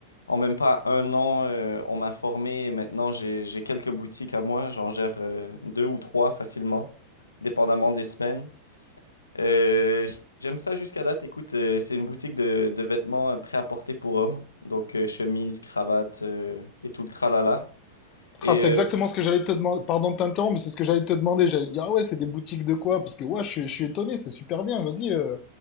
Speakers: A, on the left; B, on the left.
A: en même pas un an, euh, on m'a formé et maintenant j'ai j'ai quelques boutiques à moi. J'en gère euh, deux ou trois facilement, dépendamment des semaines. Euh, j'aime ça jusqu'à date. Écoute, euh, c'est une boutique de, de vêtements euh, prêt-à-porter pour hommes. Donc, euh, chemise, cravate euh, et tout le tralala. Et
B: Ah, c'est
A: euh,
B: exactement ce que j'allais te demander. Pardon de t'interrompre, mais c'est ce que j'allais te demander. J'allais te dire, ah ouais, c'est des boutiques de quoi? Parce que ouais, je suis, je suis étonné, c'est super bien. Vas-y, euh,